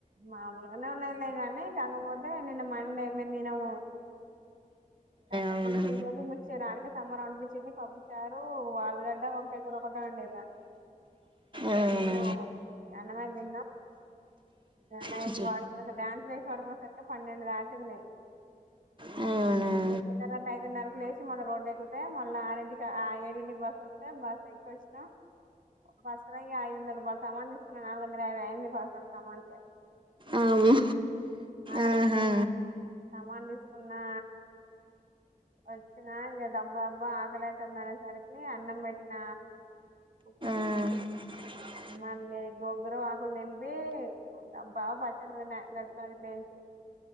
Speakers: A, on the right (about 60°); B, on the right (about 35°).
A: మామూలుగానే ఉన్నదిలే కానీ కాకపోతే నిన్న మండే మేం తినము <unintelligible>
B: అవునా
A: అడికే సంబరం చిన్ని పప్పుచారు వాళ్ళు గడ్డ వంకాయ కూర ఒకటే వండిన ఇగ
B: అవునా
A: తిన్నాము అన్నమైతే తిన్నాం నైట్
B: చిచి
A: పండుకునే సరికి డాన్స్లు ఏసి పండుకునే సరికి పన్నెండు దాటి టింది
B: అవునా
A: ఇగ తెల్లారగట్ల ఐదున్నరకు లేేసి మళ్ళ రోడ్ ఎక్కుతే మళ్ళ ఆరింటికి ఏడింటికి బస్ వస్తే బస్సు ఎక్కొచ్చినం బస్ల ఇగ ఐదు వందల రూపాయల సమాన్ తీసుకున్న నాలుగు వందల యాభై అయింది <unintelligible>
B: అమ్మో ఆహా
A: సామానుకు సమాన్ తీసుకున్న న్నా వచ్చిన ఇంగ దబ్బ దబ్బా ఆకలైతాంది అనేసరికి అన్నం పెట్టిన కుక్కర్లా
B: ఆ
A: మళ్ళీ గోంగూర ఆకులు తెంపి డబ్బా పచ్చడ నూరిన మిరపకాయలు గిట్ల